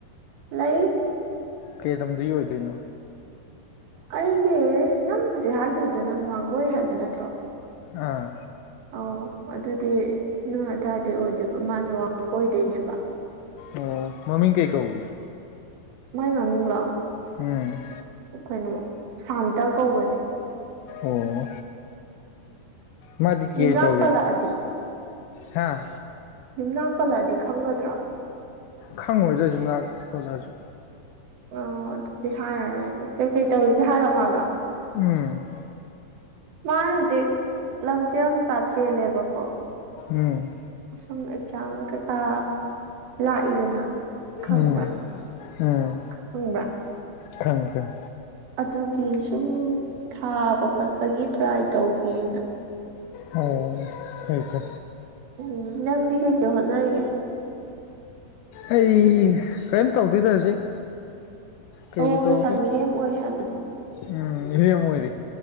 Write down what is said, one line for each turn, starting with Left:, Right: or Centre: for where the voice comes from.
Right: ꯂꯩ
Left: ꯀꯩꯗꯝꯗꯤ ꯑꯣꯏꯗꯣꯏꯅꯣ
Right: ꯑꯩꯒꯤ ꯅꯪ ꯍꯧꯖꯤꯛ ꯍꯥꯏꯈꯤꯕꯗꯣ ꯅꯪ ꯋꯥꯡꯒꯣꯏ ꯍꯥꯏꯕ ꯅꯠꯇ꯭ꯔꯣ
Left: ꯑꯥ
Right: ꯑ ꯑꯗꯨꯗꯤ ꯅꯣꯏ ꯑꯗꯨꯋꯥꯏꯗꯤ ꯑꯣꯏꯗꯣꯏꯕ ꯃꯥꯁꯨ ꯋꯥꯡꯒ ꯑꯣꯏꯗꯣꯏꯅꯦꯕ
Left: ꯑ ꯃꯃꯤ ꯀꯩ ꯀꯧꯦ
Right: ꯃꯥꯏ ꯃꯃꯤꯣ
Left: ꯎꯝ
Right: ꯀꯩꯅꯣ ꯁꯥꯟꯇ ꯀꯧꯕꯅꯦ
Left: ꯑꯣ ꯃꯥꯗꯤ ꯀ
Right: ꯌꯨꯝꯅꯥꯛ
Left: ꯇꯧꯔꯦ
Right: ꯄꯜꯂꯛꯑꯗꯤ
Left: ꯍꯥꯥ
Right: ꯌꯨꯝꯅꯥꯛ ꯄꯜꯂꯛꯑꯗꯤ ꯈꯪꯒꯗ꯭ꯔꯣ
Left: ꯈꯪꯉꯣꯏꯗ꯭ꯔ ꯁꯨꯝ ꯉ ꯈꯣꯠꯂꯛꯁꯨ
Right: ꯑꯣ ꯑꯗꯨꯗꯤ ꯍꯥꯏꯔꯔꯣꯏꯒꯦ ꯀꯩꯀꯩ ꯇꯧꯔꯤꯒꯦ ꯍꯥꯏꯔꯣ ꯃꯥꯜꯅꯣ
Left: ꯎꯝ
Right: ꯃꯥꯥꯏ ꯍꯧꯖꯤꯛ ꯂꯝꯖꯦꯜꯒꯤꯩ ꯀꯥ ꯆꯦꯜꯂꯦꯕꯀꯣ
Left: ꯎꯝ
Right: ꯁꯨꯝ ꯑꯦꯛꯖꯥꯝ ꯀꯩꯀꯥ ꯂꯥꯛꯏꯗꯅ ꯈꯪꯕ꯭ꯔꯥ
Left: ꯎꯝ ꯎꯝ
Right: ꯈꯪꯕ꯭ꯔꯥ
Left: ꯊꯪ ꯊꯝ
Right: ꯑꯗꯨꯒꯤ ꯁꯨꯝ ꯊꯥꯕ ꯈꯣꯠꯄꯒꯤ ꯇ꯭ꯔꯥꯏ ꯇꯧꯒꯦꯅ
Left: ꯑꯣ ꯐꯦꯡꯦ
Right: ꯎꯝ ꯅꯪꯗꯤ ꯀꯩꯀꯩ ꯍꯣꯠꯅꯔꯤꯒꯦ
Left: ꯑꯩ ꯀꯔꯤꯝ ꯇꯧꯗꯣꯏꯗ ꯍꯧꯖꯤꯛ ꯀꯩꯕꯨ
Right: ꯑꯣ ꯉꯁꯥꯏ
Left: ꯇꯧꯗꯣꯏꯅꯣ
Right: ꯃꯤꯔꯦꯝ ꯑꯣꯏ ꯍꯥꯏꯕꯗꯣ
Left: ꯎꯝ ꯍ ꯃꯣꯏꯗꯤ